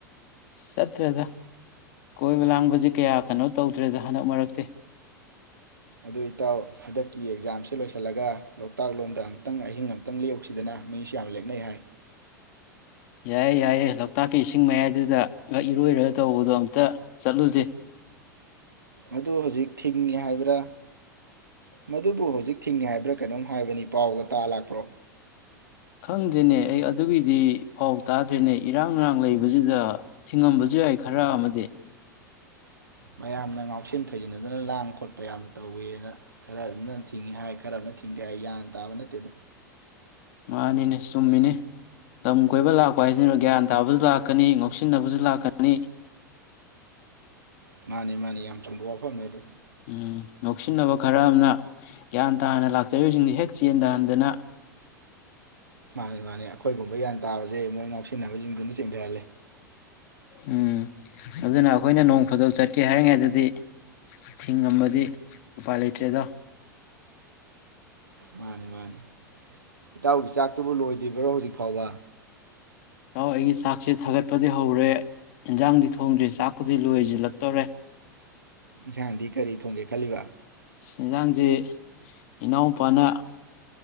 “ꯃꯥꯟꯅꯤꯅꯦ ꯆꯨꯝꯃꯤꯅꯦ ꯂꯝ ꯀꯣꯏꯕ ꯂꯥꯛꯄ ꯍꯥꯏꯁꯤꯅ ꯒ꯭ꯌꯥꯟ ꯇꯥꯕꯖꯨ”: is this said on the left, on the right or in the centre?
Left